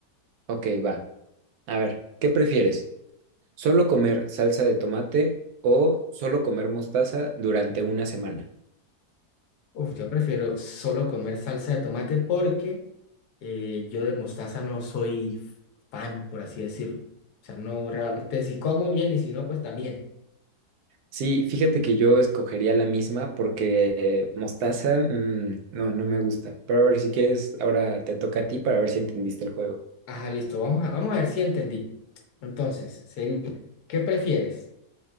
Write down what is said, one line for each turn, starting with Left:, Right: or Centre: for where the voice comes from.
Right: Ok, va. A ver, ¿qué prefieres? ¿Solo comer salsa de tomate o solo comer mostaza durante una semana?
Left: Uf, yo prefiero solo comer salsa de tomate porque eh, yo de mostaza no soy fan, por así decirlo. O sea, no realmente si como bien y si no, pues también.
Right: Sí, fíjate que yo escogería la misma porque eh, mostaza, mm, no, no me gusta. Pero a ver, si quieres, ahora te toca a ti para ver si entendiste el juego.
Left: Ajá, listo. Vamos a, vamos a ver si entendí. Entonces, sería, ¿qué prefieres?